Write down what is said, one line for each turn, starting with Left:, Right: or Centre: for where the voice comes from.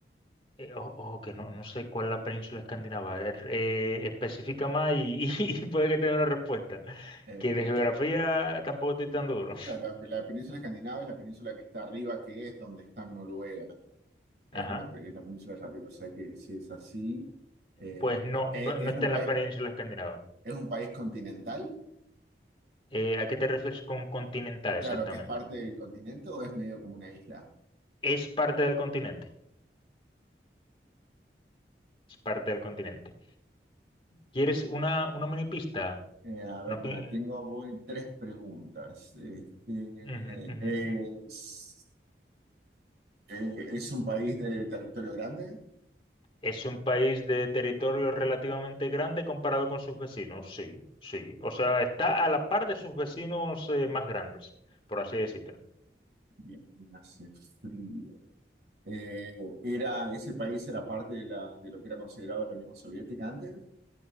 Left: Eh, o- ojo, que no, no sé cuál es la península escandinava. A eh, especifica más y, <laughs> y puede que te dé una respuesta.
Right: Eh,
Left: Que de geografía
Right: ca-
Left: tampoco estoy tan duro.
Right: ca- la, la península escandinava es la península que está arriba, que es donde está Noruega. Es
Left: Ajá.
Right: una pe- es la península de arriba. O sea que si es así, eh,
Left: Pues no, no,
Right: eh, ¿es
Left: no está
Right: un
Left: en
Right: país,
Left: la península escandinava.
Right: es un país continental?
Left: Eh, ¿a qué te refieres con continental exactamente?
Right: Claro, que es parte del continente o es medio como una isla.
Left: Es parte del continente. Es parte del continente. ¿Quieres una, una mini pista?
Right: Eh, a ver,
Left: Una
Right: para,
Left: pi-
Right: tengo voy tres preguntas. Este,
Left: Ujú,
Right: eh,
Left: ujú,
Right: ¿es,
Left: ujú.
Right: eh, ¿es un país de territorio grande?
Left: Es un país de territorio relativamente grande comparado con sus vecinos, sí, sí. O sea, está a la par de sus vecinos eh, más grandes, por así decírtelo.
Right: Bien, hace frío. Eh, era, ese país era parte de, la, de lo que era considerado la Unión Soviética antes.